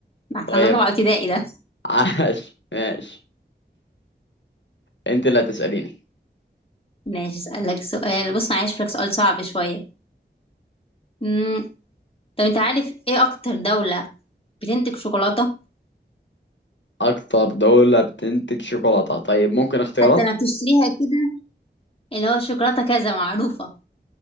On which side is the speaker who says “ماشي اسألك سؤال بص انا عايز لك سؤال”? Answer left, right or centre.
Left